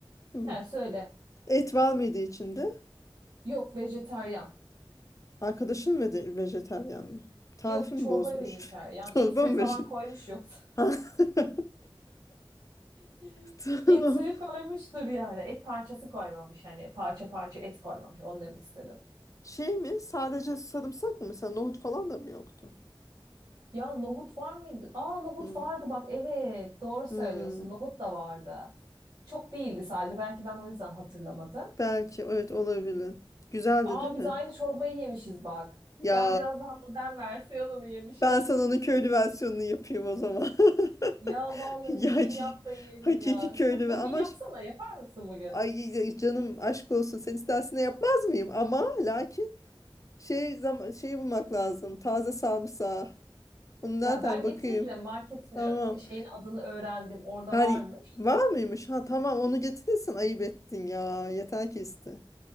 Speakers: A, on the left; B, on the right.
A: hmm.
B: he söyle.
A: Et var mıydı içinde?
B: Yok vejetaryen.
A: Arkadaşın ve de vejetaryen mi? Tarifi
B: Yok
A: mi
B: çorba
A: bozmuş?
B: vejeteryan.
A: <laughs> Çorba
B: Et suyu
A: mı
B: falan
A: vejetaryen?
B: koymuş yoksa.
A: <laughs>
B: <laughs>
A: Tamam.
B: Et suyu koymuştur yani. Et parçası koymamış. Hani parça parça et koymamış. Onu demek istedim.
A: Şey mi? Sadece sarımsak mı? Mesela nohut falan da mı yoktu?
B: Ya nohut var mıydı? Aa nohut
A: Hı.
B: vardı bak. Evet doğru söylüyorsun.
A: Hmm.
B: Nohut da vardı. Çok değildi sadece. Belki ben o yüzden hatırlamadım.
A: Belki evet olabilir. Güzeldi
B: Aa
A: değil mi?
B: biz aynı çorbayı yemişiz bak.
A: Ya
B: Ben biraz daha modern versiyonunu yemişim.
A: Ben sana
B: <laughs>
A: onun köylü versiyonunu yapayım o zaman. <laughs>
B: Ya vallahi
A: Ya
B: bir gün
A: ki-
B: yap da yiyelim
A: hakiki
B: ya.
A: köylü
B: Kız bugün
A: ve ama
B: yapsana.
A: ş-
B: Yapar mısın bugün?
A: ay ya canım aşk olsun sen istersen de yapmaz mıyım? Ama lakin şey zaman şey bulmak lazım. Taze sarımsağı. Onu nereden
B: Ya ben
A: bakayım?
B: getiririm. Marketin
A: Tamam.
B: ö- şeyin adını öğrendim. Orada
A: Hadi
B: varmış.
A: var mıymış? Ha tamam onu getirirsen ayıp ettin ya. Yeter ki iste.